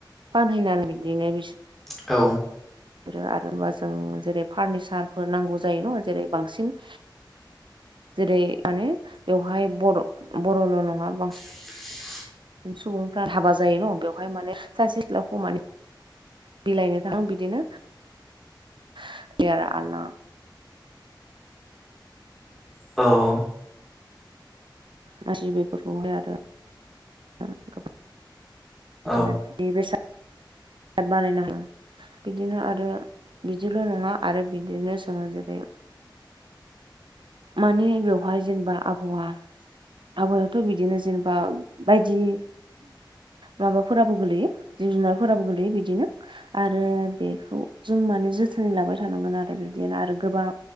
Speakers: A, on the right; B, in the centre.
A: फानहैनानै बिदिनो बिसोर
B: औ
A: बि आरोबा जों जेरै फारनिसारफोर नांगौ जायो न' जेरै बांसिन
B: <inaudible>
A: जेरै माने बेवहाय बर' बर'ल' नङा बांसिन
B: <unintelligible>
A: सुबुंफ्रा हाबा जायो न' बेवहाय माने सासे सिख्लाखौ माने बिलाइनो थाङ बिदिनो बे आरो आलला
B: औ
A: गसि बेफोरखौहाय आरो <unintelligible>
B: औ
A: बिदिनो बेसादार बानायनो हाङा बिदिनो आरो बिदिल' नङा आरो बिदिनो जोङो जेरै मानि बेवहाय जेनेबा आबहावा आबादावथ' बिदिनो जेनेबा बायदि माबाफोराबो गोलैयो जिब जुनारफोराबो गोलैयो बिदिनो आरो बेखौ जों माने जोथोनै लाबाय थानांगोन आरो बिदिनो आरो गोबां